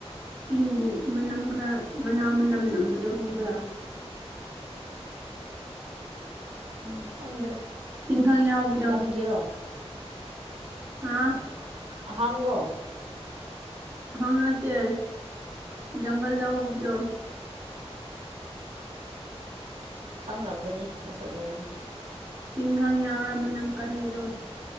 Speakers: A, on the right (about 20°); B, on the right (about 60°).
A: ꯆꯤꯡꯒꯤ ꯃꯅꯝ ꯈꯔ ꯃꯅꯥ ꯃꯅꯝ ꯅꯝꯕꯗ ꯈꯪꯕ꯭ꯔꯥ
B: ꯎꯝ ꯈꯪꯗ꯭ꯔꯦ
A: ꯏꯪꯈꯪ ꯌꯥꯎꯕꯗꯣ
B: ꯂꯝꯒꯤꯔꯣ
A: ꯑ
B: ꯑꯍꯥꯡꯂꯣ
A: ꯍꯪꯅꯠꯇꯦ ꯒꯜꯗ ꯍꯕꯗꯨꯣ
B: ꯈꯪꯔꯝꯒꯅꯤ ꯃꯁꯛ ꯎꯔꯅꯤ
A: ꯏꯪꯈꯪ ꯌꯥꯎꯔ ꯃꯅꯝ ꯀꯟꯕꯗꯣ